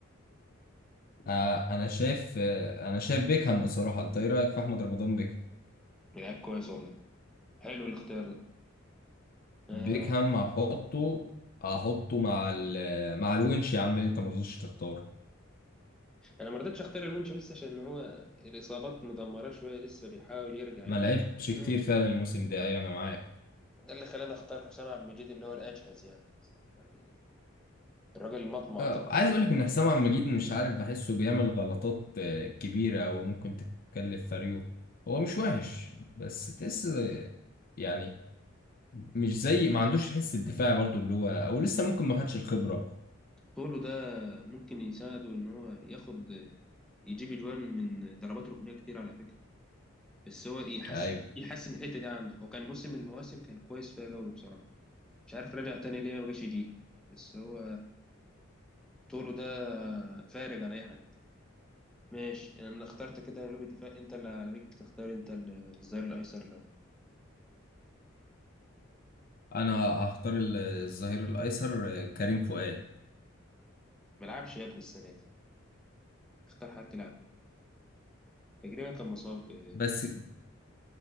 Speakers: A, on the left; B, in the centre.
A: آه انا شايف آه انا شايف بيكهام بصراحه انت ايه رايك في احمد رمضان بيكهام
B: لعيب كويس والله حلو الاختيار ده آه،
A: بيكهام هحطه هحطه مع ال مع الونش يا عم اللي انت ما رضيتش تختار
B: انا ما رضيتش اختار الونش بس عشان هو الاصابات مدمره شويه لسه بيحاول يرجع
A: ما
B: يعني
A: لعبش كتير
B: امم
A: فعلا الموسم ده ايوه انا معاك
B: ده اللي خلاني اختار حسام عبد المجيد اللي هو الاجهز يعني يعني الراجل مطمع
A: آه
B: دلوقتي
A: عايز اقول لك ان حسام عبد المجيد مش عارف بحسه بيعمل غلطات آه كبيره او ممكن تكلف فريقه هو مش وحش بس تحس آه، يعني مش زي ما عندوش الحس الدفاعي برضو اللي هو او لسه
B: مم.
A: ممكن ما خدش الخبره
B: طوله ده ممكن يساعده ان هو ياخد يجيب اجوان من ضربات ركنيه كتير على فكره بس هو يحسن
A: ايوه
B: يحسن الحته دي عنده هو كان موسم من المواسم كان كويس فيها قوي بصراحه مش عارف رجع تاني ليه ما بقاش يجيب بس هو طوله ده فارق عن اي حاجه ماشي انا اخترت كده قلوب الدفاع انت اللي عليك تختار انت ال- الظهير الايسر لو
A: انا هختار ال- الظهير الايسر كريم فؤاد
B: ملعبش يا ابني السنه دي اختار حد يلعب تقريبا كان مصاب آه،
A: بس